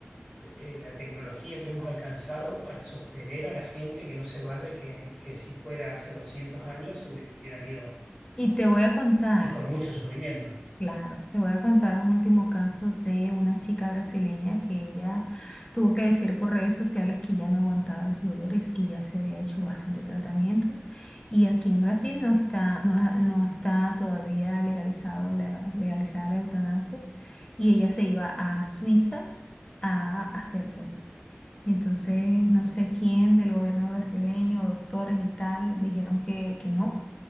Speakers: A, in the centre; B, on the left (about 20°).
A: eh, la tecnología que hemos alcanzado para sostener a la gente que no se vaya, que, que si fuera hace 200 años se hubieran ido
B: Y te voy a contar,
A: y con mucho sufrimiento.
B: claro, te voy a contar un último caso de una chica brasileña que ella tuvo que decir por redes sociales que ya no aguantaba los dolores, que ya se había hecho bastante tratamientos. Y aquí en Brasil no está, no, ha- no está todavía legalizado la, legalizada la eutanasia. Y ella se iba a Suiza a hacérselo. Y entonces no sé quién del gobierno brasileño, doctores y tal, dijeron que, que no,